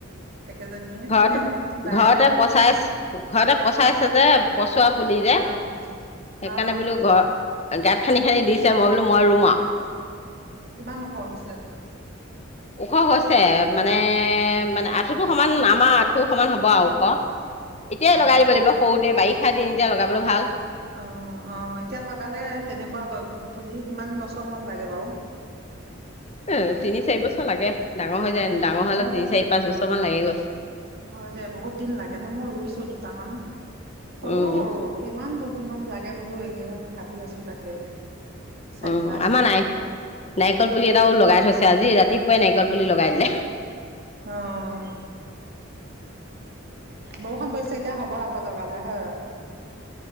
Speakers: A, on the right; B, on the left.
A: একেজনীয়ে
B: ঘতে
A: বায়ে
B: ঘৰতে
A: অ
B: পচাইছে ঘৰতে পচাইছে, স যে, পচোৱা পুলি যে
A: অ
B: সেইকাৰণে
A: অ
B: বোলো ঘৰত, গাঁত খান্ খি দিছে মই বোলো মই ৰুমা
A: কিমান ওখ হৈছে
B: ওখ হৈছে মানে মানে আঁঠুতটো সমান আমাৰ আঁঠু সমান হ'ব আৰু ওখ, এতিয়
A: অ
B: লগাই দিব
A: অ
B: লাগিব সৰুতে বাৰি শিঠা দিন এতিয়া লগাবলৈ ভাল।
A: অ অ এতিয়া লগালে তেনেকুৱা পুলি কিমান বছৰ মূৰত লাগে বাৰু
B: অ তিনি চাৰি বছৰ লাগে। ডাঙৰ হৈ যায় ডাঙৰ
A: মোৰ
B: হলে তিনি চাৰি পাঁচ বছৰ মান লাগেগৈ
A: হয় দে বহুত দিন লাগে ন মই ৰুইছো দু তামান, সৰু
B: উম
A: সৰু কিমান দু দিনত লাগে বোলো এই কিদিন ভাবি আছো তাকে, চাৰি
B: উ
A: পাঁচ
B: আমাৰ
A: বছৰ
B: নাৰ নাৰিকল পুলি এটাও লগাই থৈছে আজি ৰাতি, পুৱাই নাৰিকল পুলি লগাই দিলে,
A: আহ, বৰুষুণ পৰিছে এতিয়া হ'ব আকৌ লগালে হয়।